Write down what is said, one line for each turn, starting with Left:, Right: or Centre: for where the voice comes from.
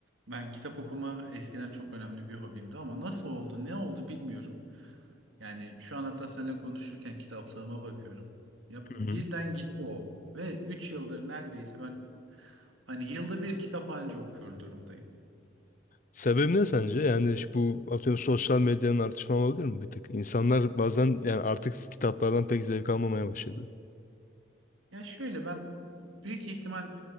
Right: Ben kitap okuma eskiden çok önemli bir hobimdi ama nasıl oldu, ne oldu bilmiyorum. Yani şu an hatta seninle konuşurken kitaplığıma bakıyorum. Ya
Left: Hı
Right: birden
Left: hı.
Right: gitti o ve 3 yıldır neredeyse ben hani yılda bir kitap anca okuyor durumdayım.
Left: Sebebi ne sence? Yani şu bu atıyorum sosyal medyanın artışma olabilir mi bir tık? İnsanlar bazen yani artık kitaplardan pek zevk almamaya başladı.
Right: Ya şöyle ben büyük ihtimal